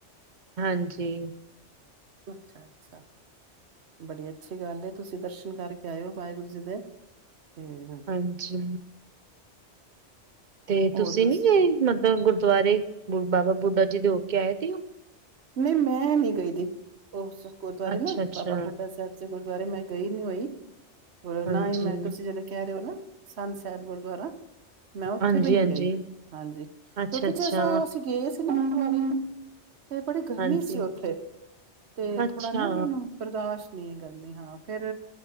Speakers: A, on the right (about 45°); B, on the right (about 65°).
A: ਹਾਂਜੀ।
B: ਅੱਛਾ - ਅੱਛਾ ਬੜੀ ਅੱਛੀ ਗੱਲ ਹੈ ਤੁਸੀਂ ਦਰਸ਼ਨ ਕਰਕੇ ਆਇਓ ਵਾਹਿਗੁਰੂ ਜੀ ਦੇ। ਤੇ
A: ਹਾਂਜੀ। ਤੇ
B: ਹੋਰ
A: ਤੁਸੀਂ
B: ਦੱਸ
A: ਨੀ ਇਹ ਮਤਲਬ ਗੁਰਦੁਆਰੇ ਬਾਬਾ ਬੁੱਢਾ ਜੀ ਦੇ ਹੋ ਕੇ ਆਏ ਸੀ ਹੋ
B: ਨਹੀਂ ਮੈਂ ਨੀ ਗਈ ਦੀ ਉਸ ਗੁਰਦੁਆਰੇ
A: ਅੱਛਾ,
B: ਨਾ
A: ਅੱਛਾ
B: ਬਾਬਾ ਬੁੱਢਾ ਸਾਹਿਬ ਗੁਰਦੁਆਰੇ ਮੈਂ ਗਈ ਨੀ ਹੋਈ ਹੋਰ ਨਾ
A: ਹਾਂਜੀ,
B: ਹੀ ਮੈਂ ਤੁਸੀਂ ਜਿਹੜੇ ਕਹਿ ਰਹੇ ਹੋ ਨਾ ਸੰਨ ਸਾਹਿਬ ਗੁਰਦੁਆਰਾ ਮੈਂ ਉੱਥੇ
A: ਹਾਂਜੀ,
B: ਵੀ ਨੀ
A: ਹਾਂਜੀ
B: ਗਈ ਹਾਂਜੀ ਕਿਉਂਕਿ
A: ਅੱਛਾ, ਅੱਛਾ
B: ਜੇ ਸੋ ਅਸੀਂ ਗਏ ਸੀ ਨ ਵਾਰੀ ਨੂੰ ਤੇ ਬੜੀ ਗਰਮੀ
A: ਹਾਂਜੀ,
B: ਸੀ ਉੱਥੇ ਤੇ
A: ਅੱਛਾ,
B: ਥੋੜਾ ਨਾ ਮੈਨੂੰ ਬਰਦਾਸ਼ਤ ਨ ਗਰਮੀ ਹਾਂ ਫੇਰ